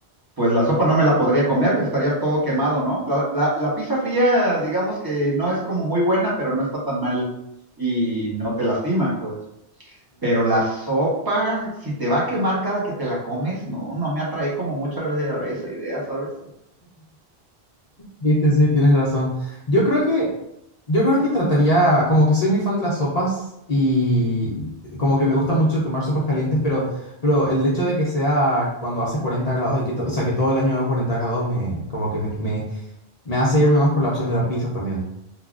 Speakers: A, on the right; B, on the left.
A: pues la sopa no me la podría comer, estaría todo quemado, ¿no? La, la- la pizza fría, digamos que no es como muy buena, pero no está tan mal y no te lastima, pues. Pero la sopa, si te va a quemar cada que te la comes, no, no me atrae como mucho esa idea, ¿sabes?
B: Sí, sí, sí, tienes razón. Yo creo que, yo creo que trataría, como que soy muy fan de las sopas y como que me gusta mucho tomar sopas calientes, pero, pero el hecho de que sea cuando hace 40 grados y que, to- o sea, que todo el año hago 40 grados, me, como que me, me, me hace irme más por la opción de la pizza también.